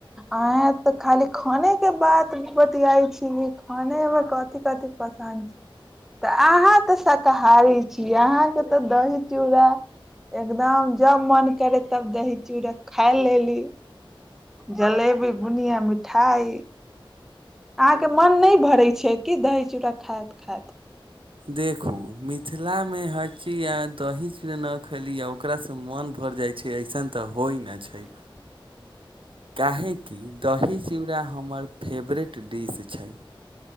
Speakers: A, in the centre; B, on the right.
A: अहे तऽ खाली खाने के बात बतियाई छी खाने मे कथि कथी पसन्द तऽ अहाँ तऽ शाकाहारी छीय अहाँके तऽ दही चूड़ा एकदम जब मन करे तब दही चूड़ा खा लेली जलेबी बुनिया मिठाई अहाँके मन नहि भरै छै कि दही चूड़ा खायत खायत
B: देखू मिथिलामे हँची आ दही चरनक खली आ ओकरा सँ मोन भरि जाइ छै अइसन त होइ न छै काहेकि दही चूरा हमर फेवरेट डिश छै